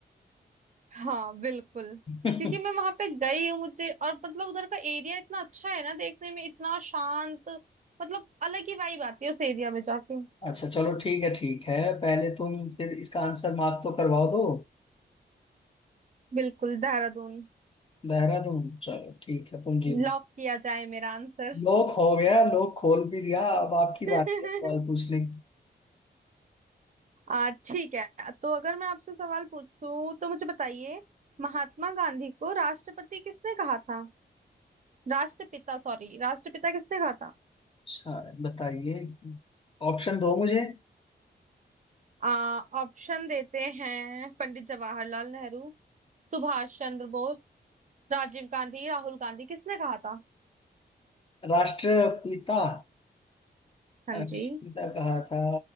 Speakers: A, on the right; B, on the left.
A: हाँ बिल्कुल
B: <laughs>
A: क्योंकि मैं वहां पे गई हूँ मुझे और मतलब उधर का एरिया इतना अच्छा है ना देखने में इतना शांत मतलब अलग ही वाइब आती है उस एरिया में जाके
B: अच्छा चलो ठीक है ठीक है पहले तुम फिर इसका आंसर मार्क तो करवा दो
A: बिल्कुल देहरादून
B: देहरादून चलो ठीक है तुम जीत गए।
A: लॉक किया जाए मेरा आंसर
B: लोक हो गया लोक खोल भी दिया अब आपकी
A: <laughs>
B: बात है सवाल पूछने
A: आ ठीक है तो अगर मैं आपसे सवाल पूछूं तो मुझे बताइए महात्मा गांधी को राष्ट्रपति किसने कहा था राष्ट्रपिता सॉरी राष्ट्रपिता किसने कहा था
B: अच्छा बताइए ऑप्शन दो मुझे
A: आ ऑप्शन देते हैं पंडित जवाहरलाल नेहरू सुभाष चंद्र बोस राजीव गांधी राहुल गांधी किसने कहा था
B: राष्ट्रपिता
A: हाँ
B: राष्ट्रपिता
A: जी
B: कहा था